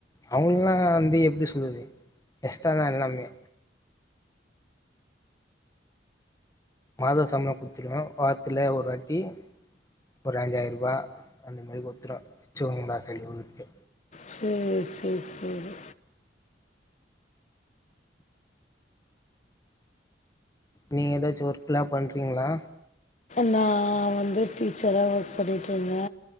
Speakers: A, on the left; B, on the left.
A: அவங்கல்லா வந்து எப்டி சொல்றது எக்ஸ்ட்டாதா எல்லாமே மாத சம்பளம் குத்துந்தோ வார்த்துல ஒருவாட்டி ஒரு அஞ்சாயிர்ரூபா அந்தமாறி குத்துருவே வெச்சிகோங்கடா செலவுக்கு
B: சேர் சேர் சேரி
A: நீ ஏதாச்சு ஒர்க்லா பண்றீங்ளா
B: நா வந்து டீச்சரா ஒர்க் பண்ணிட்டு ருந்தே